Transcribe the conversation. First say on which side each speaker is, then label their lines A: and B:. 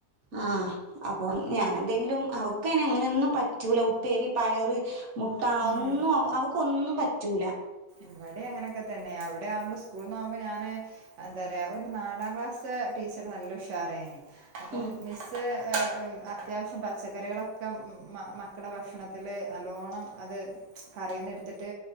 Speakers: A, on the right (about 50°); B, on the right (about 70°).
A: ആഹ് അപ്പം ഞാനെന്തെങ്കിലും അവക്ക് അയ്ന്നെ അങ്ങനെന്നും പറ്റൂല ഉപ്പേരി പയറ് മുട്ട ഒന്നും
B: ഉം
A: അവക്കൊന്നും പറ്റൂല
B: ഇവിടെയും അങ്ങനെയൊക്കെ തന്നെ അവിടെ ആവുമ്പോ സ്കൂളന്ന് പോകുമ്പോ ഞാന് എന്താ പറയാ പറയാ ഒരു നാലാം ക്ലാസ് ടീച്ചർ നല്ല ഉഷാറാ യ്ന് അപ്പം
A: ഉം
B: മിസ് കുറച്ച് അത്യാവശ്യം പച്ചക്കറികളൊക്കെ മക്കളെ ഭക്ഷണത്തിൽ നല്ലോണം അത് കറിയുന്ന് എടുത്തിട്ട്